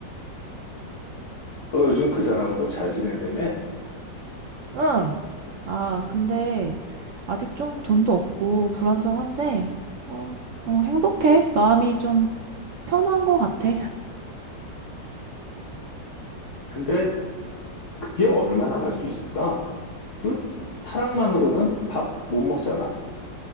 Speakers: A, on the left (about 45°); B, on the right (about 80°).
A: 너 요즘 그 사람하고 잘 지낸다며?
B: 응. 아, 근데 아직 좀 돈도 없고 불안정한데, 어, 어, 행복해. 마음이 좀 편한 것 같아.
A: 근데 그게 얼마나 갈 수 있을까? 그 사랑만으로는 밥 못 먹잖아?